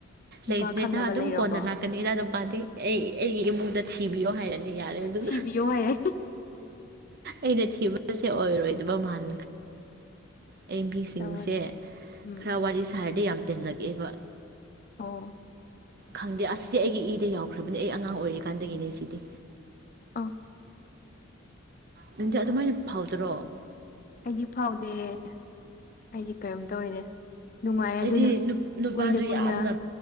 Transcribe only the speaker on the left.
ꯅꯨꯄꯥ
ꯈꯪꯅꯕ
ꯂꯩꯔꯕꯣ
ꯊꯤꯕꯤꯌꯣ ꯍꯥꯏꯌꯦ
ꯇꯧꯔꯗ ꯎꯝ
ꯑꯣ
ꯑꯥ
ꯑꯩꯗꯤ ꯐꯥꯎꯗꯦ ꯑꯩꯗꯤ ꯀꯔꯤꯝ ꯇꯧꯗꯦ ꯅꯨꯡꯉꯥꯏ
ꯑꯗꯨꯅ
ꯀꯨꯏꯅ ꯀꯨꯏꯅ